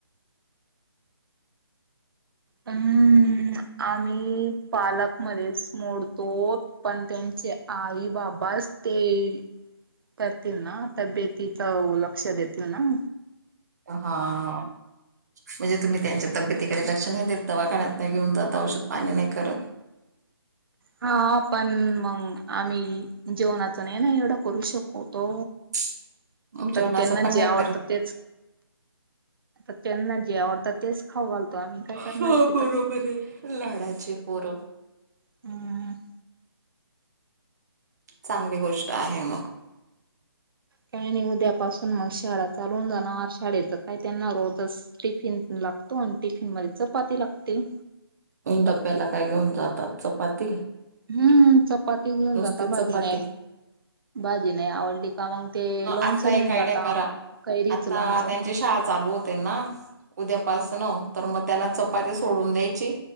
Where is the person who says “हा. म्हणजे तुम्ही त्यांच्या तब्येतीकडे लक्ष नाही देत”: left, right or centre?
Right